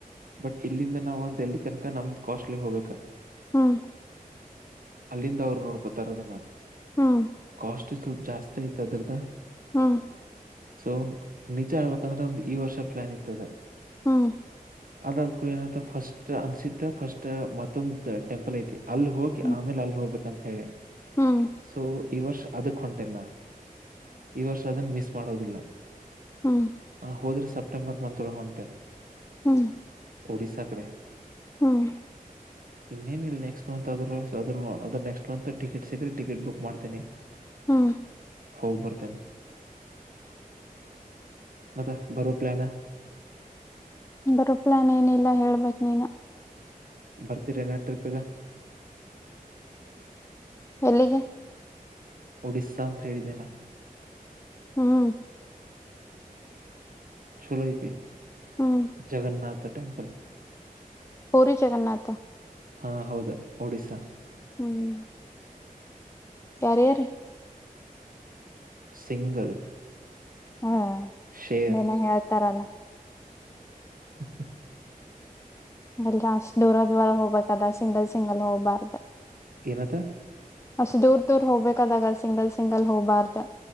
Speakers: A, on the right (about 70°); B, on the left (about 20°).
A: ಬಟ್ ಇಲ್ಲಿಂದ ನಾವವು ಲ್ಲಿ ತನಕ ನಮ್ದ್ ಕಾಸ್ಟ್ಲಿ ಹೋಗ್ಬೇಕಾ
B: ಹ್ಮ್
A: ಅಲ್ಲಿಂದ ಅವ್ರು ನೋಡ್ಕೋತಾರದನ್ನ
B: ಹ್ಮ್
A: ಅಷ್ಟು ಸ್ವಲ್ಪ ಜಾಸ್ತಿ ಆಯತ ಅದ್ರದ
B: ಹ್ಮ
A: ಸೊ ನಿಜ ಆಡ್ಬೇಕಂದ್ರೆ ಒಂದು ಈ ವರ್ಷ ಪ್ಲಾನ್ ಇತದೆ
B: ಹ್ಮ್
A: ಅದಾದ್ ಕೂ ಏನ ಫಸ್ಟ್ ಅನ್ಸಿದ್ದ ಫಸ್ಟ್ ಮತ್ತೊಂದು ಟೆಂಪಲ್ ಐತಿ ಅಲ್ಲಿ ಹೋಗಕಿ
B: ಹ್ಮ್
A: ಆಮೇಲೆ ಅಲ್ಲಿ ಹೋಗ್ಬೇಕಂತ ಹೇಳಿ
B: ಹ್ಮ್
A: ಸೊ ಈ ವರ್ಷ ಅದಕ್ ಹೊಂಟೆನಾ ಈ ವರ್ಷ ಅದನ್ ಮಿಸ್ ಮಾಡೋದಿಲ್ಲ
B: ಹ್ಮ್
A: ಹೋದ್ರೆ ಸೆಪ್ಟೆಂಬರ್ ಮತ್ೊಳ ಹೊಂಟೇನೆ
B: ಹ್ಮ್
A: ಒಡಿಸಶಾ ಕಡೆ
B: ಹ್ಮ್
A: ಇನ್ನೇನಿಲ್ಲ ನೆಕ್ಸ್ಟ್ ಮಂತ್ ಅದ್ರ ಅದ್ರ ಅದ್ರ ನೆಕ್ಸ್ಟ್ ಮಂತ್ ಟಿಕೆಟ್ ಸಿಗ್ರೆ ಟಿಕೆಟ್ ಬುಕ್ ಮಾಡ್ತೇನಿ
B: ಹ್ಮ್
A: ಹೋಬ್ಬರ್ತನ್ ಮತ್ತ ಬರೋ ಪ್ಲಾನ
B: ಬರೋ ಪ್ಲಾನ್ ಏನಿಲ್ಲ ಹೇಳ್ಬೇಕೇ ನೀನು
A: ಬರ್ತಿರಣ ಟ್ರಿಪ್ಗ
B: ಎಲ್ಲಿಗೆ
A: ಡಿಸಾ ಅಂತಥ ಹೇಳಡಿ ದಲ್ಲ
B: ಹ್ಮ್
A: ಚೋಲೋ ಇತೆ
B: ಹ್ಮ್
A: ಜಗನ್ನಥ ೆಂಪಲ್
B: ಪೂರಿ ಜಗನ್ನಾಥ
A: ಹಾ ಹೌದಾ ಒಡಿಸ್ಾ
B: ಹ್ಮ್ ಯರ್ ಯಾರ
A: ಸಿಂಗಲ್
B: ಹ್ಮ್
A: ಶೇರ್
B: ಏನ ಹೇಳ್ತಾರಲ್ಲ
A: ಹ
B: ಲ್ಲ ಅಷ್ಟ ದೂರ ದೂರ ಹೋಗ್ಬೇಕಕ್ ಅದ ಸಿಂಗಲ್ ಸಿಂಗಲ್ ಹೋಗ್ಬಾರ್ದ
A: ಏನತ್ತ
B: ಅಷ್ಟು ದೂರ್ ದೂರ್ ಹೋಗ್ಬೇಕಾದಾಗ ಸಿಂಗಲ್ ಸಿಂಗಲ್ ಹೋಗ್ಬಾರ್ದ